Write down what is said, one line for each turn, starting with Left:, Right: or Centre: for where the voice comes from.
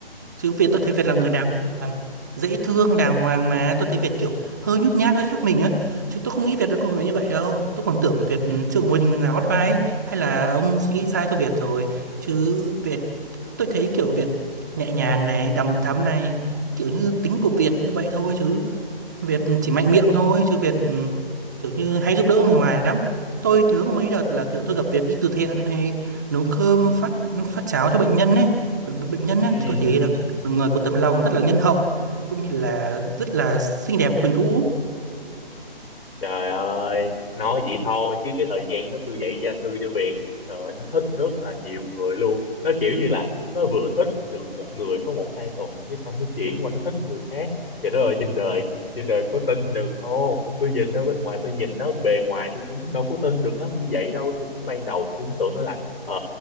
Right: chứ Việt tôi thấy Việt là người đàng hoàng, dễ thương, đàng hoàng mà. Tôi thấy Việt kiểu hơi nhút nhát, hơi khác mình á. Chứ tôi không nghĩ Việt là con người như vậy đâu. Tôi còn tưởng Việt ừ, chưa có mối tình nào bắt vai ấy. Hay là ông suy nghĩ sai cho Việt rồi. Chứ Việt, tôi thấy kiểu Việt nhẹ nhàng này, đằm thắm này. Kiểu như tính của Việt như vậy thôi chứ. Việt chỉ mạnh miệng thôi chứ Việt ừ, kiểu như hay giúp đỡ người ngoài lắm tôi nhớ có mấy đợt là kiểu tôi gặp Việt đi từ thiện hay nấu cơm phát phát cháo cho bệnh nhân ấy bệnh, bệnh nhân ấy,
Left: ừ
Right: tôi thấy là Việt người có tấm lòng rất là nhân hậu cũng như là rất là xinh đẹp quyến rũ
Left: Trời ơi, nói vậy thôi chứ cái thời gian đó tôi dạy gia sư cho Việt, trời ơi, nó thích rất là nhiều người luôn. Nó kiểu như là nó vừa thích được một người có một hai tuần rồi cái xong nó chuyển qua nó thích người khác. Trời đất ơi trên đời, trên đời có tin được không? Tôi nhìn nó bên ngoài, tôi nhìn nó bề ngoài tôi cũng đâu có tin được nó như vậy đâu. Tôi cũng ban đầu tôi cũng tưởng nó là ờ